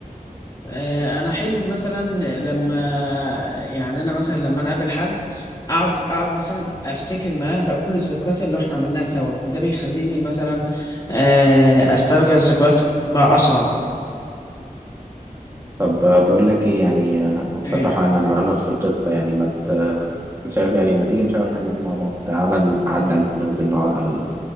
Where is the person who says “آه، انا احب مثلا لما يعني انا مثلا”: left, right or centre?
Left